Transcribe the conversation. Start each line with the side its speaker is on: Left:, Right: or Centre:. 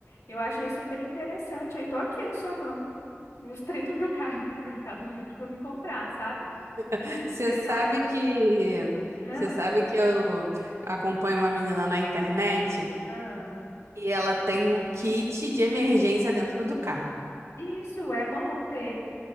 Left: Eu achei super interessante. Aí estou aqui adicionando meus <laughs> treinos no meu carrinho no Mercado Livre para me comprar, sabe?
Right: <laughs>
Left: Me
Right: Você
Left: preparar.
Right: sabe que
Left: Ah,
Right: você sabe que eu acompanho uma menina na internet
Left: ah.
Right: e ela tem um kit de emergência dentro do carro.
Left: Isso é bom ter.